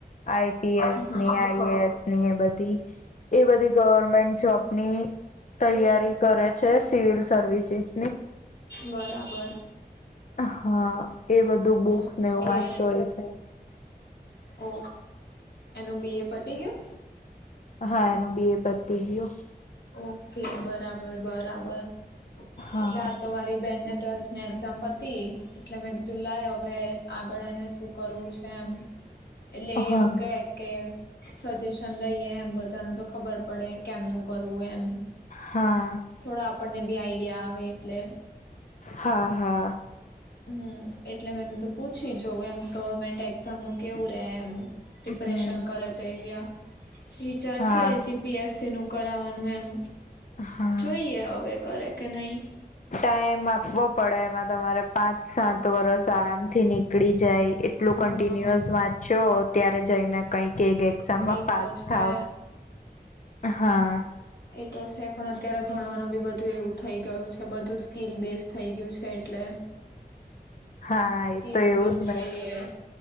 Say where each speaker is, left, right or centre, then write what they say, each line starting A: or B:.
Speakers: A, on the left (about 50°); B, on the left (about 85°).
A: આઈપીએસ
B: હા
A: ની આઈસ. ન બધ. હતી. એ બધી ગવર્મેન્ટ જોબની તૈયારી કરે છે. Civil services.
B: બરાબર
A: હા એ બધું બુક્સ
B: ઓકે
A: ને એવું વાંચતો હોય છે.
B: ઓ એનું બી એ. પતી ગયુ
A: હા એનું બી એ પતી ગયું.
B: ઓકે બરાબર બરાબર.
A: હા
B: એટલે આ તો મારી બેનને ટ્વેલ્થ. ચંપત. એટલે મે કીધું લાય હવે ગળ ને શું કરવું છે એમ. એટલે
A: હા
B: એવું કે કે. સજેશન લઈએે એમ બધું. બતાનું તો ખબર પડે કેમનું. કરવું એમ
A: હા
B: થોડા. આપણને બી આઈડિયા આવે. એટલે.
A: હા હા.
B: હમ. એટલે મેં કીધું પૂછી જોઉં એમ. ગવર્મેન્ટ એકસામનું કેવું રહે એમ. પ્રિપરેેશન
A: હમ
B: કરત એયા. ફીચર
A: હા
B: છે જીપી એસસી નું. કરાવવાનું એમ.
A: હા
B: જોઈએ હવે કરે કે નહી.
A: ટાઈમ આપવો પડે એમાં તમારે પાંચ સાત વરસ આરામથી નીકળી જાય. એટલું કન્ટિન્યુઅસ
B: હા
A: વાંચો. ત્યારે જઈ ને કઈક. કે એક એક્ઝામમાં
B: એ
A: પાસ
B: તો છે
A: થાવ. હા
B: એ તો છે પણ અત્યારે ભણવાનું બી બધું એવું થઈ ગયું છે બધું સ્કીિલ બેઝ થઈ ગયું છે એટલે
A: હા
B: સ્કીલ
A: એ તો એવું
B: બી
A: જ
B: જોઈએ
A: ને